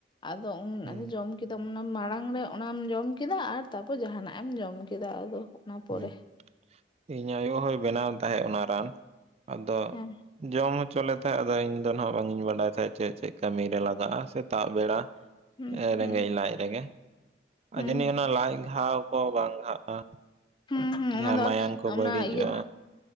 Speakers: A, on the left; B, on the right.
A: ᱟᱫᱚ ᱩᱱ
B: ᱦᱩᱸ
A: ᱟᱫᱚ ᱡᱚᱢ ᱠᱮᱫᱟᱢ ᱚᱱᱟ ᱢᱟᱲᱟᱝ ᱨᱮ ᱚᱱᱟᱢ ᱡᱚᱢ ᱠᱮᱫᱟ ᱟᱨ ᱛᱟᱯᱚᱨ ᱡᱟᱦᱟᱱᱟᱜ ᱮᱢ ᱡᱚᱢ ᱠᱮᱫᱟ ᱟᱫᱚ ᱚᱱᱟ ᱯᱚᱨᱮ
B: ᱦᱩᱸ ᱤᱧ ᱟᱭᱳ ᱦᱚᱸᱭ ᱵᱮᱱᱟᱣ ᱛᱟᱦᱮᱸᱫ ᱚᱱᱟ ᱨᱟᱱ ᱟᱫᱚ
A: ᱦᱮᱸ
B: ᱡᱚᱢ ᱦᱚᱪᱚ ᱞᱮ ᱛᱟᱦᱮᱸᱫ ᱟᱫᱚ ᱤᱧ ᱫᱚ ᱱᱟᱜ ᱵᱟᱝ ᱤᱧ ᱵᱟᱰᱟᱭ ᱛᱟᱦᱮᱸᱜ ᱪᱮᱫ ᱪᱮᱫ ᱠᱟᱹᱢᱤ ᱨᱮ ᱞᱟᱜᱟᱜᱼᱟ ᱥᱮᱛᱟᱜ ᱵᱮᱲᱟ
A: ᱦᱩᱸ ᱦᱩᱸ
B: ᱨᱮᱸᱜᱮᱡ ᱞᱟᱡ ᱨᱮᱜᱮ ᱟᱫᱚ
A: ᱦᱩᱸ
B: ᱡᱟᱹᱱᱤᱡ ᱚᱱᱟ ᱞᱟᱡ ᱜᱷᱟᱣ ᱠᱚ ᱵᱟᱝ ᱜᱷᱟᱜᱼᱟ᱾
A: ᱦᱩᱸ ᱦᱩᱸ
B: ᱡᱟᱦᱟᱸ
A: ᱚᱱᱟ ᱫᱚ
B: ᱢᱟᱭᱟᱝ
A: ᱟᱨ
B: ᱠᱚ
A: ᱚᱱᱟ
B: ᱵᱟᱹᱲᱤᱡᱚᱜᱼᱟ
A: ᱤᱭᱟᱹ